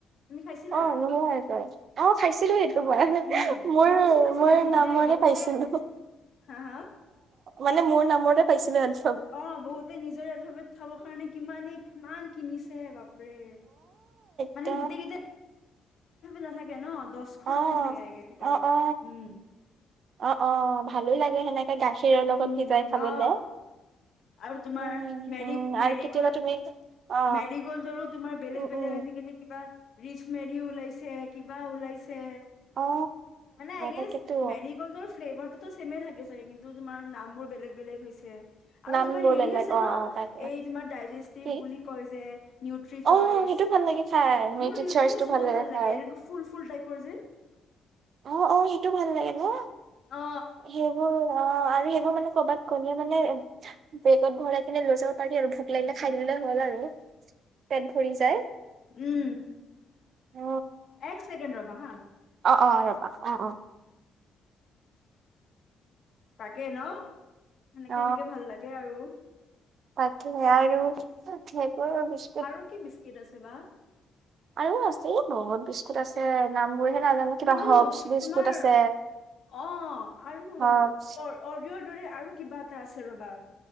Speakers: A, on the left; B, on the right.
A: তুমি খাইছিলা?
B: অ', নোহোৱা হৈ গ'ল। অ', খাইছিলো সেইটো পৰা,
A: উম
B: মোৰ-মোৰ
A: বহুত চলিছিলে কিন্তু
B: নামৰে
A: দেই বহুতে
B: পাইছিলোঁ।
A: হা হা?
B: মানে মোৰ নামৰে পাইছিলোঁ আজি।
A: অ', বহুতে নিজৰে এলফাবেট খাবৰ কাৰণে কিমানে কিমান কিনিছে বাপৰে। মানে
B: ত'
A: গোটেই কেইটা নাথাকে ন, দহখন
B: অ
A: থাকে ভিতৰত,
B: অ অ
A: উম।
B: অ', - অ', ভালো লাগে সেনেকে গাখীৰৰ
A: উম
B: লগত ভিজাই খাবলে।
A: অ আৰু তোমাৰ,
B: উম
A: মেৰি-মেৰিগ'ল্ড।
B: উম আৰু কেতিয়াবা তুমি অ
A: মেৰি গ'ল্ডৰো তোমাৰ বেলেগ
B: উম
A: -বেলেগ
B: উম
A: আজি-কালি কিবা ৰিচ মেৰি ওলাইছে কিবা ওলাইছে।
B: অ
A: মানে আই গেছ,
B: তাকেতো
A: মেৰিগল্ডৰ ফ্লেভাৰটো চেমে থাকে চাগে কিন্তু তোমাৰ নামবোৰ বেলেগ-বেলেগ হৈছে। আৰু
B: নামবোৰ
A: তোমাৰ হেৰি
B: বেলেগ
A: আছে
B: অ
A: ন!
B: অ তাকে
A: এই তোমাৰ ডাইজেষ্টিভ
B: কি
A: বুলি কয় যে। নিউটিচইচ,
B: অ সেইটো ভাল লাগে খাই লিটিল
A: মোৰ নিউটি
B: চাৰ্চটো
A: চইচ বহুত ভাল
B: খাই
A: লাগে, এনে ফুল-ফুল টাইপৰ যে।
B: অ', -অ', সেইটো ভাল লাগে ন,
A: অ
B: সেইবোৰ অ', আৰু সেইবোৰ মানে কৰবাত গ'লে মানে, বেগত ভৰাই এনে লৈ যাব পাৰি আৰু ভোক
A: লাহেকে
B: লাগিলে খাই দিলে হ'ল আৰু, পেট ভৰি যায়।
A: উম
B: অ
A: এক চেকেণ্ড ৰবা হা।
B: অ', - অ', ৰবা অ', - অ'।
A: তাকে ন, সেনেকে
B: অ
A: -সেনেকে ভাল লাগে আৰু।
B: তাকে আৰু, সেইটোৱে ভাবিছোঁ।
A: আৰু কি বিস্কুট আছে বা?
B: আৰু আছে বহুত বিস্কুট আছে নাম বোৰহে নাজানো। কিবা
A: কিন্তু
B: হপচ বিস্কুট
A: তোমাৰ,
B: আছে
A: অ', আৰু
B: হপচ
A: অ', - অৰিঅ'ৰ দৰে আৰু কিবা এটা আছে ৰ'বা।